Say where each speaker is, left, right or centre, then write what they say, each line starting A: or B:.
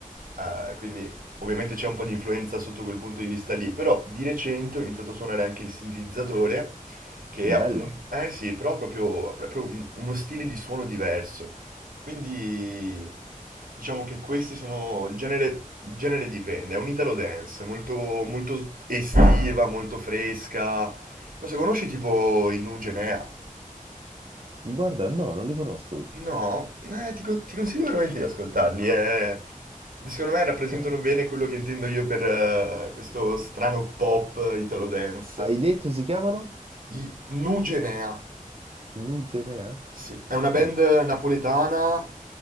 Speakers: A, on the right; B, on the right.
A: eh, quindi ovviamente c'è un po' di influenza sotto quel punto di vista lì, però di recente ho iniziato a suonare anche il sintetizzatore, che
B: Bello.
A: appunto, eh sì, però ha proprio, ha proprio un- uno stile di suono diverso, quindi diciamo che questi sono, il genere, il genere dipende, è un italo dance, molto, molto estiva, molto fresca, non so, conosci tipo i Nu Genea?
B: Guarda, no, non li conosco.
A: No, eh, ti, co- ti consiglio veramente di ascoltarli. eh. Secondo me rappresentano
B: Ah.
A: bene quello che intendo io per eh, questo strano pop eh, italo dance.
B: Hai detto si chiamano?
A: I Nu Genea.
B: Nugenea?
A: Sì, è
B: Ok.
A: una band napoletana